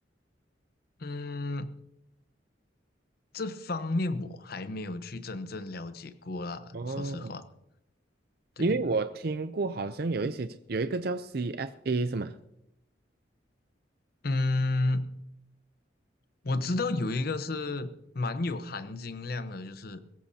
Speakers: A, on the left; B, on the right.
A: 嗯，这方面我还没有去真正了解过啦，
B: 哦
A: 说实话，对，
B: 因为我听过，好像有一些有一个叫 CFA 是吗？
A: 嗯，我知道有一个是蛮有含金量的，就是